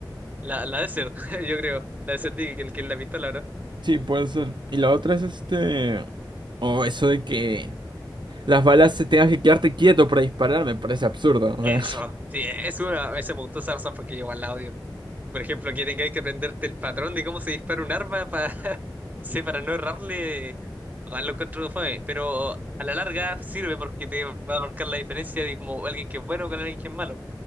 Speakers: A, on the right; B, on the right.
A: la, la Desert, <laughs> yo creo. La Desert Eagle, que es la pistola, ¿no?
B: Sí, puede ser. Y la otra es este... O eso de que las balas se tengas que quedarte quieto para disparar, me parece absurdo. O
A: Eso.
B: sea,
A: Sí, es una. Esa me gustó sarson porque yo al audio. Por ejemplo, que tengáis que aprenderte el patrón de cómo se dispara un arma para <laughs> sí, para no errarle. Igual lo encuentro fome. Pero a la larga sirve porque te va a marcar la diferencia de como alguien que es bueno con alguien que es malo.